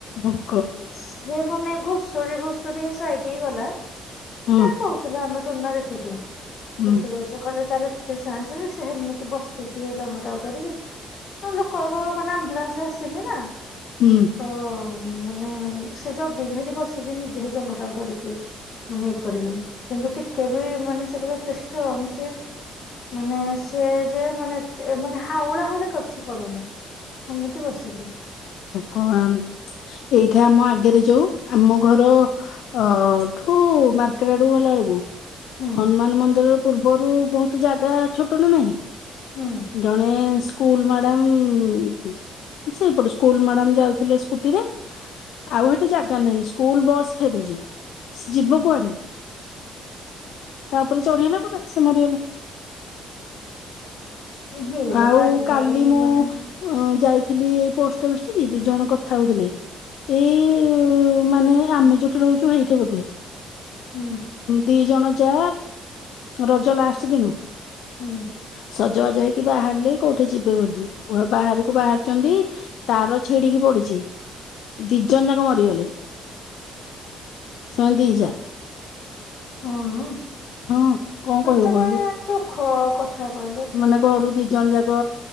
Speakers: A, on the left; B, on the left.
A: ହୁଁ
B: ସିଏ ମାନେ ଘୁଷୁରୀ ଘୁଷୁରୀ ହେ ସାଇଡ କୁ ଗଲା
A: ହୁଁ
B: ଯାହା କହୁ ଆମେ ଥୋଡୀ ନା ଦେଖିଚୁ।
A: ହୁଁ
B: ସେ କହିଲେ ତାର ଏତେ ସାହସ ସେ ହେମିତି ବସିଇଛି ହେ ଜଙ୍ଘଟାକୁ ଧରିକି। ଲୋକବାକ ମାନେ ଆମ୍ବୁଲାନ୍ସ ଆସିନିନା
A: ହୁଁ
B: ତ ମାନେ ସେ ଜଗିକି ହେଟି ବସିଛି ନିଜେ ସହେ ଜଙ୍ଗଟାକୁ ଧରିକି। ମାନେ ଇଏ କରିକି କିନ୍ତୁ ଟିକେ ବି ମାନେ ସେ କହିଲେ ସେ ଏତେ ଷ୍ଟ୍ରଙ୍ଗ ସେ ମାନେ ସିଏ ଯେ ମାନେ ମାନେ ହାଉଳା ହଉଳି କିଛି କରୁନି। ହେମିତି ବସିଛି।
A: ଭଗବାନ ଏଇଠି ଆମ ଆଗରେ ଯଉ ଆମ ଘର ଅଠୁ ମାର୍କେଟ ଆଡକୁ ଗଲା ବେଳକୁ
B: ହୁଁ
A: ହନୁମାନ ମନ୍ଦିର ପୂର୍ବରୁ ବହୁତ ଜାଗା ଛୋଟ ନା ନାହିଁ।
B: ହୁଁ
A: ଜଣେ ଏ ସ୍କୁଲ ମ୍ୟାଡାମ ସେଇପଟ ସ୍କୁ ସ୍କୁଲ ମ୍ୟାଡାମ ଯାଉଥିଲେ ସ୍କୁଟିରେ ଆଉ ହେଠି ଜାଗା ନାହିଁ ସ୍କୁଲ ବସ୍ ଫେରୁଛି। ସେ ଯିବ
B: ହୁଁ।
A: କୁଆଡେ ତାପରେ ଚଢିଗଲା ପୁରା ସେ ମରିଗଲେ।
B: ହେଇରା
A: ଆଉ
B: ବା ଆଜିକାଲି
A: କାଲି ମୁଁ
B: ମାନେ
A: ଯାଇଥିଲି ଏଇ ପୋଷ୍ଟ ଅଫିସ ଠିକି ଦି ଜଣ କଥା ହଉଥିଲେ। ଏଇ ମାନେ ଆମେ ଯୋଉଠି ରହୁଛୁ ହେଇଠେ ବୋଧେ।
B: ହୁଁ
A: ଦି ଜଣ ଯା ରଜ ଲାଷ୍ଟ ଦିନ।
B: ହୁଁ
A: ସଜବାଜ ହେଇକି ବାହାରିଲେ କୋଉଠି ଯିବେ ବୋଲି ବାହାରକୁ ବାହାରିଛନ୍ତି। ତାର ଛିଡିକି ପଡିଛି ଦି ଜଣ ଯାକ ମରିଗଲେ। ସେମାନେ ଦି ଜା।
B: ହଁ
A: ହଁ କଣ
B: କେତେବେଳେ
A: କହିବ କହିଲୁ
B: ଦୁଃଖ କଥା କହିଲୁ।
A: ମାନେ ଘରୁ ଦି ଜଣ ଯାକ